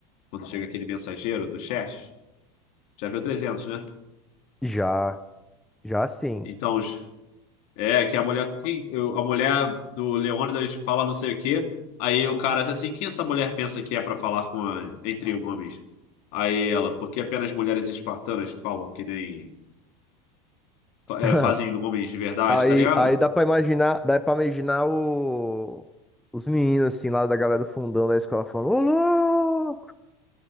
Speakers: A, on the left; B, in the centre.
A: Quando chega aquele mensageiro do Xerxes. Já viu 300, né?
B: Já, já sim.
A: Então, os- é que a mulher, que- eu- a mulher do Leônidas fala não sei o quê, aí o cara já assim, quem essa mulher pensa que é pra falar com a- entre homens? Aí ela, porque apenas mulheres espartanas falam que nem, fa-
B: <laughs>
A: é, fazem homens de verdade,
B: Aí,
A: tá ligado?
B: aí dá pra imaginar, dá para imaginar o, os meninos assim lá da galera do fundão da escola falando: "Ô, louco,